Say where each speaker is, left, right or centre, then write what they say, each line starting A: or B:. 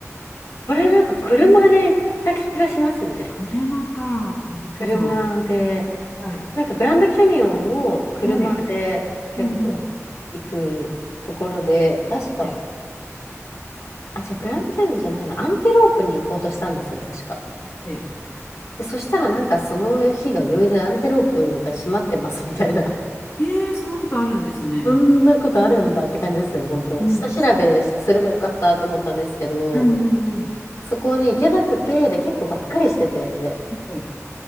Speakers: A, on the left; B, on the left.
A: これなんか車で行った気がしますね。
B: 車か。なるほど。
A: 車で。
B: はい。
A: なんかグランドキャニオンも車で結構行くところで、
B: はい。うんうん。
A: 確か、
B: はい。
A: あ、じゃあグランドキャニオンじゃないな。アンテロープに行こうとしたんですよ、確か。
B: はい。
A: で、そしたらなんかその日が偶然アンテロープが閉まってますみたいな。
B: えー、そんなことあるんですね。
A: <laughs> そんなことあるんだって感じですよね、本当。
B: うん。
A: 下調べすればよかったと思ったんですけど、
B: うんうんうん。
A: そこに行けなくて、で、結構がっかりしてて、
B: はい。